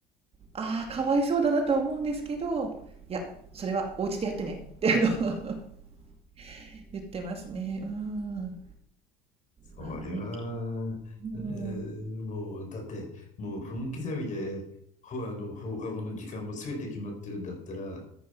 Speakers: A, on the right (about 30°); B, on the left (about 40°).
A: ああ、かわいそうだなとは思うんですけど、いや、それはお家でやってねってあの <laughs>、言ってますね。うーん。
B: それは、
A: まあね。うん。
B: えーもう、だって、もう分刻みで、ほ、あの、放課後の時間も全て決まってるんだったら、